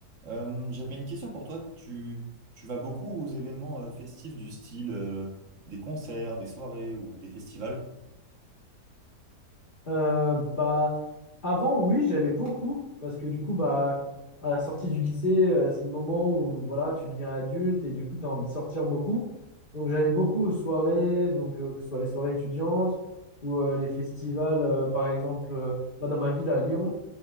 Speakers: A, on the right (about 50°); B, on the left (about 30°).
A: Euh, j'avais une question pour toi. Tu, tu vas beaucoup aux événements euh, festifs du style euh, des concerts, des soirées ou des festivals?
B: Euh, bah, avant, oui, j'allais beaucoup parce que du coup, bah, à la sortie du lycée, euh, c'est le moment où voilà, tu deviens adulte et du coup, tu as envie de sortir beaucoup. Donc, j'allais beaucoup aux soirées, donc, euh, que ce soit les soirées étudiantes ou euh, les festivals, euh, par exemple, euh, bah, dans ma ville à Lyon.